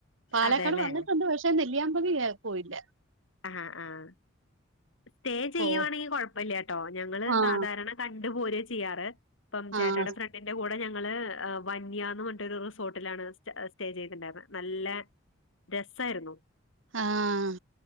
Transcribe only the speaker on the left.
അതേല്ലേ
ആഹ് ആഹ് സ്റ്റേ ചെയ്യുവാണെങ്കിൽ
കുഴപ്പമില്ലട്ടോ ഞങ്ങള്
സാധാരണ കണ്ടുപോര ചെയ്യാറ്. ഇപ്പം ചേട്ടടെ
ഫ്രണ്ടിന്റെ കൂടെ ഞങ്ങ ങ്ങള് വന്യന്ന് പറഞ്ഞി ഒരു റിസോർട്ടിലാണ് സ്റ്റേ ചെയ്തിണ്ടാന്നത് നല്ല രസായിരുന്നു.